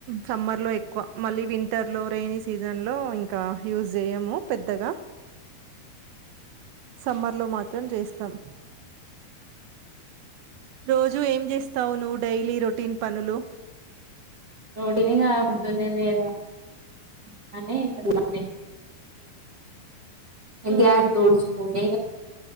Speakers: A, on the right; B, on the right.
A: సమ్మర్ లో ఎక్కువ మళ్ళీ వింటర్ లో రైైనీ సీజన్ లో ఇంకా యూజ్ చేయము పెద్దగా సమ్మర్ లో మాత్రం చేస్తాం రోజూ ఏం చేస్తావు నువ్వు డైలీ రొటీన్ పనులు
B: రోటీని ఇంగ పొద్దున్నే లేవా <unintelligible>
A: ఉమ్
B: గ్యాస్ తోడిచుపోటె